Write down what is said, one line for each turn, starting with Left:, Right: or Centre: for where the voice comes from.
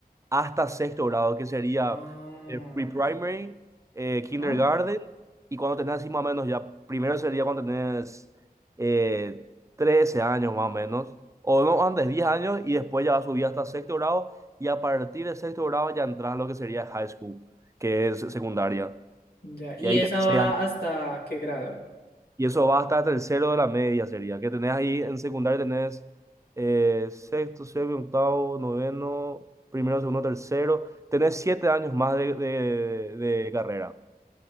Right: hasta sexto grado, que sería
Left: Ah,
Right: eh, pre-primary, eh, kindergarten,
Left: ajá.
Right: y cuando tenés así más o menos ya, primero sería cuando tenés eh, 13 años más o menos, o no, antes 10 años, y después ya va a subir hasta sexto grado, y a partir de sexto grado ya entras a lo que sería high school, que es secundaria,
Left: Ya. ¿Y
Right: y ahí
Left: esa
Right: tenés
Left: va
Right: 6
Left: hasta qué grado?
Right: y eso va hasta tercero de la media, sería. Que tenés ahí en secundaria, tenés eh, sexto, séptimo, octavo, noveno, primero, segundo, tercero. Tenés siete años más de, de, de carrera,